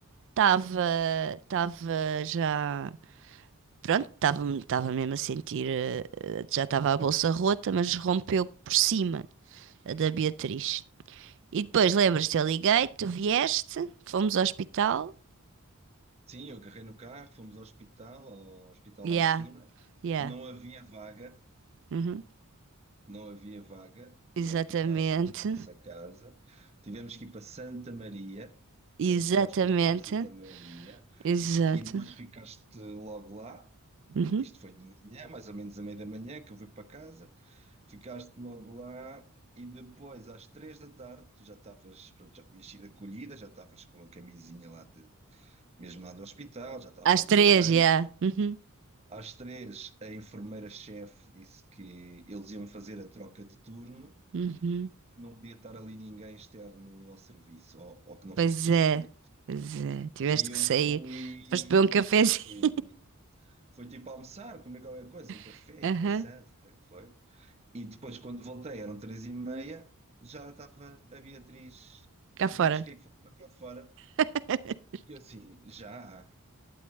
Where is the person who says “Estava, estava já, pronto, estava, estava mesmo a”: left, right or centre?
Right